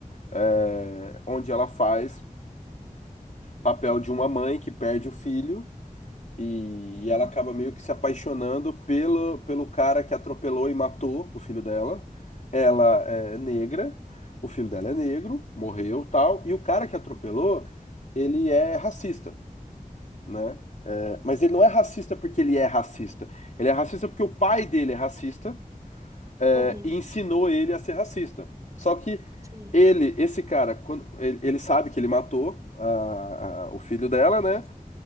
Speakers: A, on the left (about 55°); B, on the right (about 20°).
A: é, onde ela faz papel de uma mãe que perde o filho. E, e ela
B: Uhum.
A: acaba meio que se apaixonando pelo, pelo cara que atropelou e matou o filho dela. Ela é negra, o filho dela é negro, morreu tal. E o cara que atropelou, ele é racista, né? É, mas ele não é racista porque ele é racista. Ele é racista porque o pai dele é racista, é,
B: Uhum.
A: e ensinou ele a ser racista. Só que
B: Sim.
A: ele, esse cara, quando, ele, ele sabe que ele matou a- a- o filho dela, né?